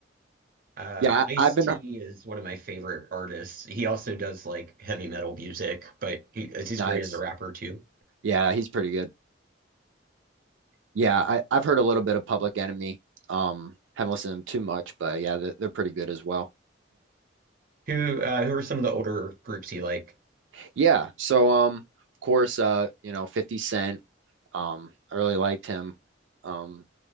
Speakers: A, on the right; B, on the right.
A: Uh,
B: Yeah,
A: Ice-T
B: I, I've been
A: is one of my favorite artists. He also does like heavy metal music, but he, he's
B: nice.
A: great as a rapper too.
B: Yeah, he's pretty good. Yeah, I, I've heard a little bit of Public Enemy. Um, haven't listened to them too much, but yeah, they're, they're pretty good as well. <laughs>
A: Who uh, who are some of the older groups you like?
B: Yeah, so um, of course, uh, you know, 50 Cent. Um, I really liked him. Um,